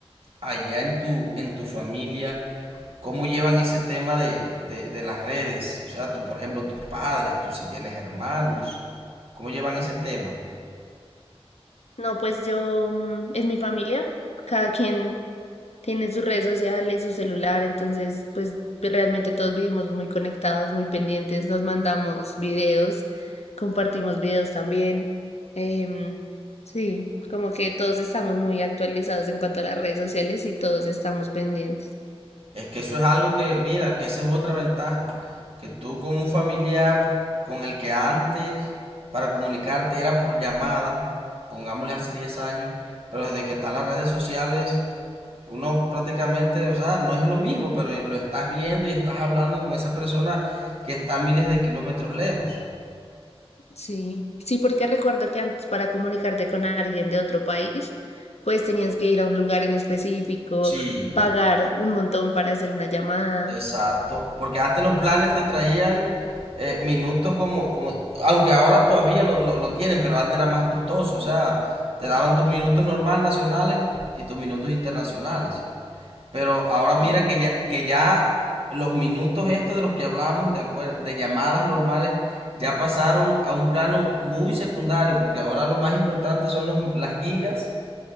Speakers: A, on the right; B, on the left.
A: allá en tu, en tu familia, ¿cómo llevan ese tema de, de, de las redes? O sea, tú, por ejemplo, tus padres, tú si tienes hermanos, ¿cómo llevan ese tema?
B: No, pues yo, mm, es mi familia, cada quien tiene sus redes sociales, su celular, entonces, pues realmente todos vivimos muy conectados, muy pendientes, nos mandamos videos, compartimos videos también. em, sí, como que todos estamos muy actualizados en cuanto a las redes sociales y todos estamos pendientes.
A: Es que eso es algo que, mira, que esa es otra ventaja, que tú con un familiar con el que antes para comunicarte era por llamada, pongámosle hace 10 años, pero desde que están las redes sociales, uno prácticamente, o sea, no es lo mismo, pero lo estás viendo y estás hablando con esa persona que está a miles de kilómetros lejos.
B: Sí, sí, porque recuerdo que antes para comunicarte con alguien de otro país, pues tenías que ir a un lugar en específico,
A: Sí.
B: pagar un montón para hacer una llamada.
A: Exacto, porque antes los planes te traían eh, minutos como, como, aunque ahora todavía lo, lo, lo tienen, pero antes era más costoso, o sea, te daban tus minutos normal nacionales y tus minutos internacionales. Pero ahora mira
B: Ajá,
A: que ya, que ya los minutos estos de los que hablamos, de, acuer- de llamadas normales, ya pasaron a un plano muy secundario, porque ahora lo más importante son los- las gigas